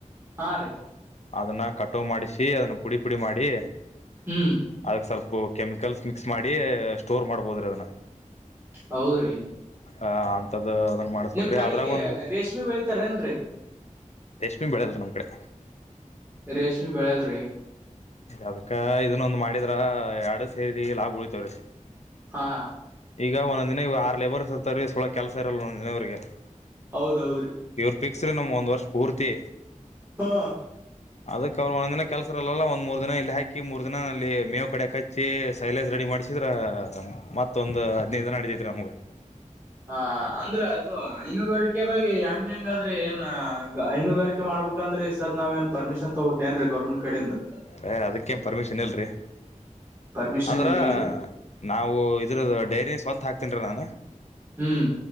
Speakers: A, on the right; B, on the left.
A: ಹಾ ರೀ
B: ಅದನ್ನ ಕಟೋ ಮಾಡಿಸಿ ಅದನ್ನು ಪುಡಿ ಪುಡಿ ಮಾಡಿ
A: ಹ್ಮ್
B: ಅದಕ್ ಸ್ವಲ್ಪ ಕೆಮಿಕಲ್ಸ್ ಮಿಕ್ಸ್ ಮಾಡಿ ಸ್ಟೋರ್ ಮಾಡ್ಬೋದ್ರಿ ಅದನ್ನ
A: ಹೌದ್ರಿ
B: ಆ ಅಂತದ್ ಅದನ್ನ ಮಾಡಸ್ಬೇಕ್ರಿ
A: ನಿಮ್ ಕಡೆಗೆ
B: ಅದ್ರಾಗ ಒಂದು
A: ರೇಷ್ಮೆ ಬೆಳಿತಾರೇನ್ರರಿ
B: ರೇಷ್ಮಿ ಬೆಳ ಅಲ್ಲ ನಮ್ಮ ಕಡೆ
A: ರೇಷ್ಮಿ ಬೆಳಲ್ರಿ
B: ಅದಕ್ಕ ಇದನ್ನೊಂದು ಮಾಡಿದ್ರ ಎರಡು ಸೇರಿ ಲಾಭ ಉಳಿತವ್ರೀ
A: ಹಾ
B: ಈಗ ಒಂದ್ನ ಇಗ ಆರ್ ಲೇಬರ್ರ್ಸ್ ಒಳಗ್ ಕೆಲಸ ಇರಲ್ಲ ಒಂದ್ನವ್ರಿಗೆ
A: ಹೌದೌದ್ರಿ
B: ಇವ್ರ ಫಿಕ್ಸ್ ರೀ ನಮ್ಗೆ ಒಂದು ವರ್ಷ ಪೂರ್ತಿ
A: ಹಾ
B: ಅದಕ್ಕೆ ಅವರು ಒಂದಿನ ಕೆಲಸರಲ್ಲ ಒ ಮೂರ್ ದಿನ ಇಲ್ಲಿ ಹಾಕಿ ಮೂರ್ ದಿನ ಅಲ್ಲಿ ಮೇವು ಕಡೆ ಕಚ್ಚಿ ಸೈಲೆನ್ಸ್ ರೆಡಿ ಮಾಡಿ ಚಿದ್ರ ಮತ್ತೊಂದು ಹದ್ನೈದು ಜನ ಅಡಿದೈತ್ರಿ ನಮ್ಗ
A: ಹಾ ಅಂದ್ರೆ ಅದು ಹಐನುಗಾರಿಕೆದಾಗಿ ಹೆಂಗ್ಯಾಂಗ ಹಂಗಾದ್ರೆ ಏನ್ ಹೈನುಗಾರಿಕೆ ಮಾಡ್ಬೇಕಂದ್ರೆ ಸದ ನಾವ ಏನ್ ಪರ್ಿಶನ್ ತಗೋಬೇಕಕ್ ಏನ್ರೀ ಗೌರ್ಮೆಂಟ್ ಕಡಿಂದ
B: ಯ ಅದಕ್ಕೇನು ಪರ್ಮಿಷನ್ ಇಲ್ರಿ
A: ಪರ್ಮಿಷನ್
B: ಅಂದ್ರೆ
A: ಇಲ್ರಿ
B: ನಾವು ಇದ್ರ ಡೈರಿ ಸ್ವಂತ ಹಾಕ್ತೀನ್ರೀ ನಾನು
A: ಹ್ಮ್